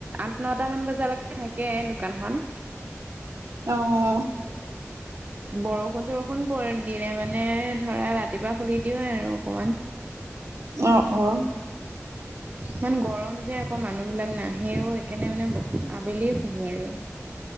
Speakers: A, on the right; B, on the right.
A: আঠ নটামান বজালৈকে থাকে দোকানখন।
B: অহ।
A: বৰষুণ-চৰষুণ দিলে মানে ধৰা ৰাতিপুৱা খুলি দিওঁ আৰু অকমান।
B: অহ', অহ'।
A: ইমান গৰম যে আকৌ মানুহবিলাক নাহেও, সেইকাৰণে মানে আবেলিয়ে খুলো আৰু।